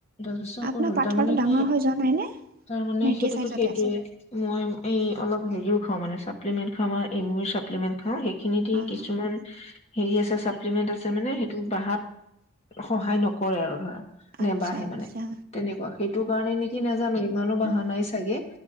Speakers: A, on the left; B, on the right.
A: দহ বছৰ
B: আপোনাৰ
A: উপৰ হ'ল,
B: পাথৰটো
A: তাৰ মানে
B: ডাঙৰ
A: কি
B: হৈ যোৱা নাইনে নে
A: তাৰ মানে
B: নে একে
A: সেইটোতো
B: চাইজতে
A: সেইটোয়ে,
B: আছে
A: মই এই অলপ হেৰিও খাওঁ মানে চ চাপ্লিমেট খাও মই এমিউ চাপ্লিমেট খাও সে খিনি দি
B: অ'
A: কিছুমান
B: হ
A: হেৰি আছে চ লিমিট আছে মানে সেইটো বাহাত সহায় নকৰে আৰু ধৰা নেবাঢ়ে
B: আচ্ছা আচ্ছা
A: মানে তেনেকুৱা, সেইটো কাৰণে নেকি নাজানো ইমানো বঢ়া
B: উম
A: নাই চাগে